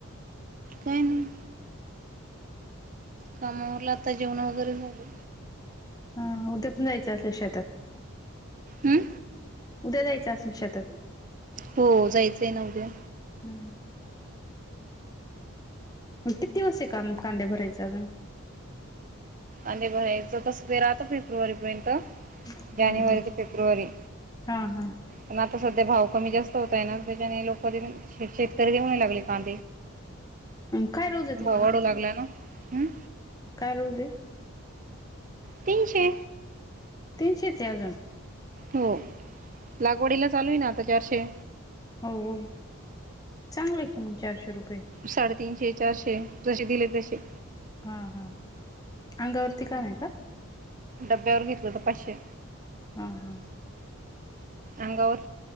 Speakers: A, on the right; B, on the left.
A: काय नाही काम आवरले आता जेवण वगैरे झाले
B: हा उद्या पण जायचं असलं शेतात
A: हम्म
B: उद्या जायचं असेल शेतात
A: हो जायचं आहे ना उद्या
B: ह किती वार्षे कान कांदे भरायचे अजून
A: आणि बयचं तस फे राहता फेब्रुवारी पर्यंत
B: हम्म
A: जानेवारी
B: हम्म
A: ते फेब्रुवारी
B: हा हा
A: पण आता सध्या भाव कमी जास्त होतय ना त्याच्याने लोक शेतकरी देऊ लागले कां
B: काय रोज आहे
A: भाव
B: तुम्हाला
A: वाढू लागला ना हम
B: काय रोज आहे
A: तीनशे
B: तीनशेच आहे अजून
A: हो लागवडीला चालू आहे ना आता चारशे
B: हो हो चांगलं आहे कि मग चारशे रुपये
A: साडेतीनशे चारशे जसे दिले तसे
B: हा हा अंगावरती काम आहे का
A: डब्यावर घेतलंत पाचशे
B: हम हम
A: अंगावर